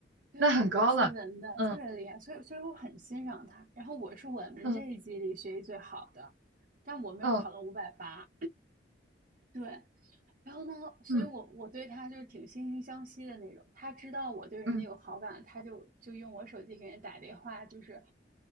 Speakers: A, on the right; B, on the right.
A: 对啊，
B: 那很高了。
A: 学文的特别厉害，
B: 嗯
A: 所以所以我很欣赏他。然后我是我们这一级里学习最好的，
B: 嗯
A: 但我没有考到五百八。
B: 哦
A: 对，然后呢，所以我我对他就是挺惺惺相惜的那种。
B: 嗯
A: 他知道我对人家有好感，
B: 嗯
A: 他就就用我手机给人打电话，就是